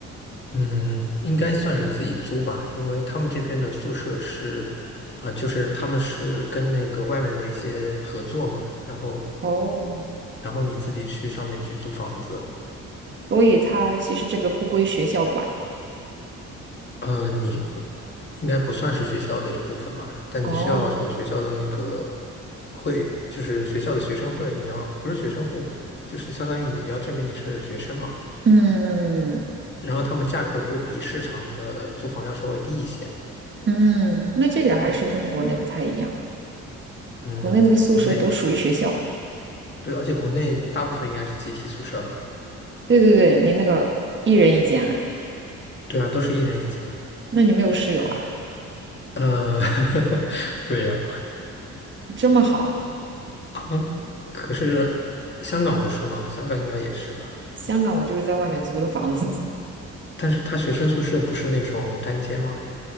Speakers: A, on the left (about 35°); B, on the right (about 40°).
A: 嗯，应该算是自己租吧，因为他们这边的宿舍是啊、就是他们是跟那个外面的一些合作嘛，然后
B: 哦，
A: 然后你自己去上面去租房子。
B: 所以他其实这个不归学校管。
A: 呃，你应该不算是学校的一部分吧？但你需要有学校的那个
B: 哦，
A: 会，就是学校的学生会，你要不是学生会吧，就是相当于你要证明你是学生嘛。
B: 嗯
A: 然后他们价格会比市场的租房要稍微低一些。
B: 嗯，那这点儿还是跟国内不太一样。
A: 嗯，
B: 国内那个宿舍都属于学校。
A: 国内对，而且国内大部分应该是集体宿舍吧？
B: 对对对，你那个一人一间啊。
A: 对啊，都是一人一间。
B: 那你没有室友啊？
A: 呃，<laughs> 没有
B: 这么好，
A: 啊，<laughs> 可是香港不是吗？香港应该也是吧？
B: 香港我就是在外面租的房子。
A: 但是他学生宿舍不是那种单间吗？